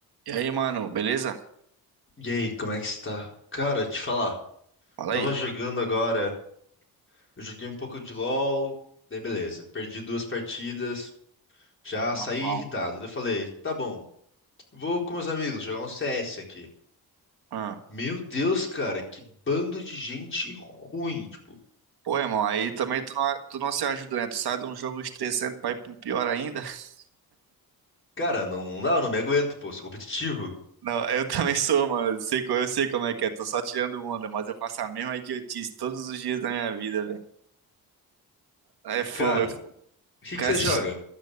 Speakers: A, on the right; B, on the left.
A: E aí, mano, beleza?
B: E aí, como é que está? Cara, te falar,
A: Fala
B: tava
A: aí.
B: jogando agora, eu joguei um pouco de LoL, daí beleza, perdi duas partidas, já
A: Normal.
B: saí irritado. Daí eu falei, tá bom, vou com meus amigos jogar um CS aqui.
A: Ah.
B: Meu Deus, cara, que bando de gente ruim, tipo,
A: Pô, irmão, aí também tu não, tu não se ajuda, né? Tu sai de um jogo estressante pra ir pra um pior ainda. <laughs>
B: cara, não, não dá, eu não me aguento, pô, sou competitivo.
A: Não, eu também sou, mano. Eu sei, co- eu sei como é que é. Tô só tirando onda, mas eu faço a mesma idiotice todos os dias da minha vida, velho. É fogo,
B: Cara,
A: é fogo.
B: o que
A: Cara,
B: que você
A: esses-
B: joga?